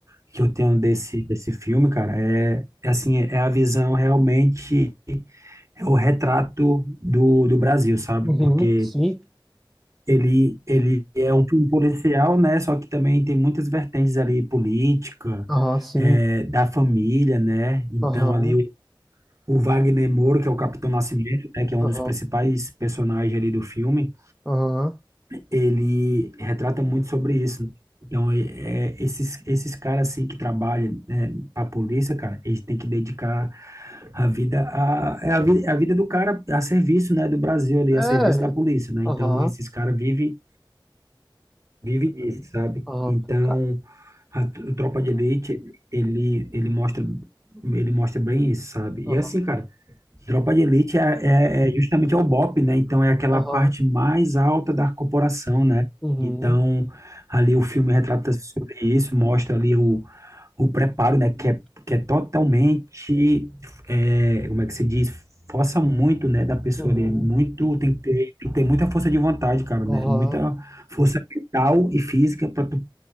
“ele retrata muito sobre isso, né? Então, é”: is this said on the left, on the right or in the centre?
Right